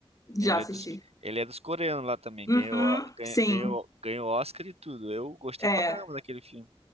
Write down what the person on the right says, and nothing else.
Ele
é dos, ele é dos coreanos lá também.
Ganhou, ganha-
ganhou, ganhou Oscar e tudo. Eu gostei
pra caramba daquele filme.